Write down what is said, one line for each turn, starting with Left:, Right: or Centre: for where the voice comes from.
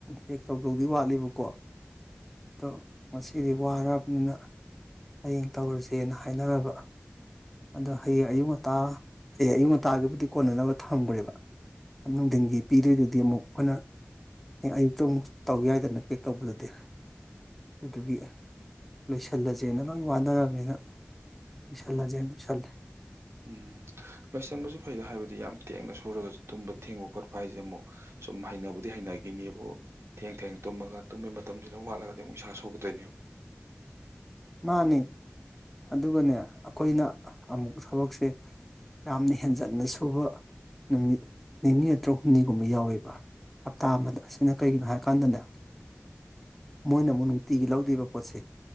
Centre: ꯄꯦꯛ ꯇꯧꯗꯧꯗꯤ ꯋꯥꯠꯂꯦꯕꯀꯣ ꯑꯗꯣ ꯉꯁꯤꯗꯤ ꯋꯥꯔꯕꯅꯤꯅ ꯍꯌꯦꯡ ꯇꯧꯔꯁꯦꯅ ꯍꯥꯏꯅꯔꯕ ꯑꯗꯣ ꯍꯌꯦꯡ ꯑꯌꯨꯛ ꯉꯟꯇ ꯍꯌꯦꯡ ꯑꯌꯨꯛ ꯉꯟꯇꯒꯤꯕꯨꯗꯤ ꯀꯣꯟꯅꯅꯕ ꯊꯝꯒ꯭ꯔꯦꯕ ꯅꯨꯡꯗꯤꯟꯒꯤ ꯄꯤꯗꯣꯏꯗꯨꯗꯤ ꯑꯃꯨꯛ ꯑꯈꯣꯏꯅ ꯍꯌꯦꯡ ꯑꯌꯨꯛꯇ ꯑꯃꯨꯛ ꯇꯧ ꯌꯥꯏꯗꯅ ꯄꯦꯛ ꯇꯧꯕꯗꯨꯗꯤ ꯑꯗꯨꯒꯤ ꯂꯣꯏꯁꯜꯂꯖꯦ ꯗꯦꯅ ꯂꯣꯏ ꯋꯥꯅꯔꯕꯅꯤꯅ ꯂꯣꯏꯁꯜꯂꯖꯦꯅ ꯂꯣꯏꯁꯜꯂꯦ
Right: ꯎꯝ ꯂꯣꯏꯁꯟꯕꯖꯨ ꯐꯩꯗ ꯍꯥꯏꯕꯗꯤ ꯌꯥꯝ ꯇꯦꯡꯅ ꯁꯨꯔꯒꯖꯨ ꯇꯨꯝꯕ ꯊꯦꯡꯕ ꯈꯣꯠꯄ ꯄ ꯍꯥꯏꯖꯦ ꯑꯃꯨꯛ ꯁꯨꯝ ꯍꯩꯅꯕꯨꯗꯤ ꯍꯩꯅꯒꯤꯅꯦꯕꯨ ꯊꯦꯡ ꯊꯦꯡ ꯇꯨꯝꯃꯒ ꯇꯨꯝꯕꯒꯤ ꯃꯇꯝꯖꯤꯅ ꯋꯥꯠꯂꯒ ꯑꯗꯩ ꯑꯃꯨꯛ ꯏꯁꯥ ꯁꯣꯛꯀꯗꯣꯏꯅꯦꯕ
Centre: ꯃꯅꯦ ꯑꯗꯨꯒꯅꯦ ꯑꯈꯣꯏꯅ ꯑꯃꯨꯛ ꯊꯕꯛꯁꯦ ꯌꯥꯝꯅ ꯍꯦꯟꯖꯟꯅ ꯁꯨꯕ ꯅꯨꯃꯤꯠ ꯅꯤꯅꯤ ꯅꯠꯇ꯭ꯔ ꯍꯨꯝꯅꯤꯒꯨꯝꯕ ꯌꯥꯎꯋꯦꯕ ꯍꯞꯇꯥ ꯑꯃꯗ ꯑꯁꯤꯅ ꯀꯩꯒꯤꯅꯣ ꯍꯥꯏꯀꯟꯗꯅꯦ ꯃꯣꯏꯅ ꯑꯃꯨꯛ ꯅꯨꯡꯇꯤꯒꯤ ꯂꯧꯗꯦꯕ ꯄꯣꯠꯁꯦ